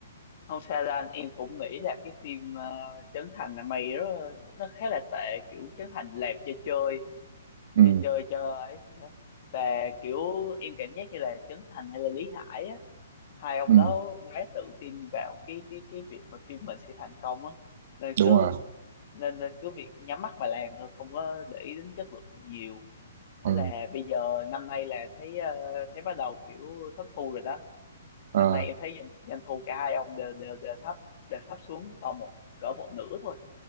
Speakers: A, on the left; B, on the right.
A: không sao đâu anh em cũng nghĩ là cái phim ờ, Trấn Thành là mày đó nó khá là tệ kiểu Trấn Thành làm cho chơi
B: ừ
A: chơi chơi cho ấy thôi á và kiểu em cảm giác như là Trấn Thành hay là Lý Hải á hai ông
B: ừ
A: đó quá tự tin vào cái cái cái việc mà phim mình sẽ thành công á nên
B: đúng
A: cứ
B: rồi
A: nên nên cứ việc nhắm mắt mà làm thôi không có để ý đến chất lượng nhiều thế
B: ừ
A: là bây giờ năm nay là thấy ờ, thấy bắt đầu kiểu thất thu rồi đó
B: à.
A: năm nay em thấy doanh, doanh thu cả hai ông đều đều đều thấp đều thấp xuống còn một cỡ một nửa thôi